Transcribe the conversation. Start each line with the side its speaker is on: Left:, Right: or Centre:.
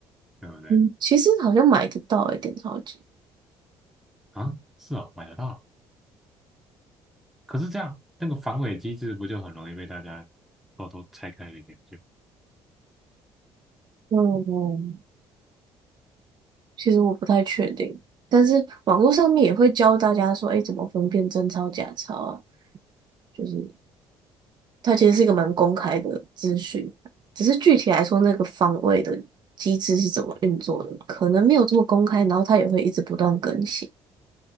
Centre: 对不对？
Right: 嗯，其实好像买得到一点钞机，
Centre: 啊，是哦，买得到。可是这样那个防伪机制不就很容易被大家偷偷拆开了一点？就
Right: 嗯，其实我不太确定，但是网络上面也会教大家说，哎，怎么分辨真钞假钞啊。就是。它其实是一个蛮公开的资讯，只是具体来说，那个防卫的机制是怎么运作的，可能没有这么公开，然后它也会一直不断更新，